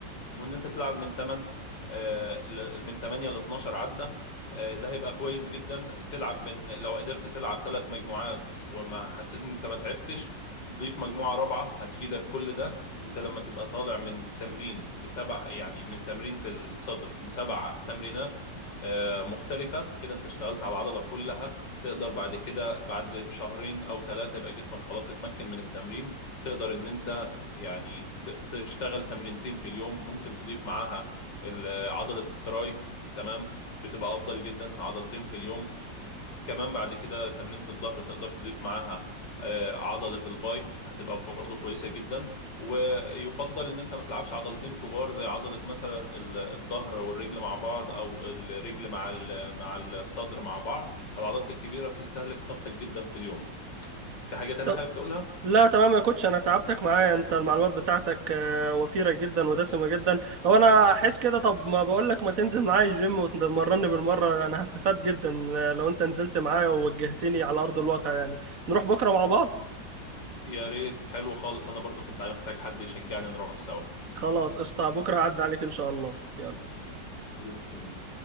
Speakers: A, on the left; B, on the right.
A: وان انت تلعب من 8 آه، ل- من 8 ل 12 عده آه، ده هيبقى كويس جدا تلعب من لو قدرت تلعب ثلاث مجموعات وما حسيت ان انت ما تعبتش ضيف مجموعة رابعة هتفيدك كل ده انت لما تبقى طالع من تمرين بسبع يعني من تمرينة الصدر بسبع تمرينات آه، مختلفة كده انت اشتغلت على العضلة كلها تقدر بعد كده بعد شهرين او ثلاثة يبقى جسمك خلاص اتمكن من التمرين تقدر ان انت يعني ت- تشتغل تمرينتين في اليوم ممكن تضيف معاها ال- عضلة التراي تمام بتبقى افضل جدا عضلتين في اليوم كمان بعد كده تمرينة الظهر تقدر تضيف معاها آه، عضلة الباي هتبقى برضه كويسة جدا ويفضل ان انت ما تلعبش عضلتين كبار زي عضلة مثلا ال- الظهر والرجل مع بعض او الرجل مع ال- مع الصدر مع بعض العضلات الكبيرة بتستهلك طاقتك جدا في اليوم في حاجة تانية
B: طب
A: حابب تقولها؟
B: لا تمام يا كوتش انا تعبتك معايا انت المعلومات بتاعتك آه، وفيرة جدا ودسمة جدا طب انا احس كده طب ما بقول لك ما تنزل معايا الجيم وتمرني بالمرة انا هستفاد جدا آه، لو انت نزلت معايا ووجهتني على ارض الواقع يعني نروح بكرة مع بعض
A: يا ريت حلو خالص انا برضو كنت محتاج حد يشجعني نروح سوا
B: خلاص قشطة بكرة عدى عليك ان شاء الله يلا
A: خلاص تمام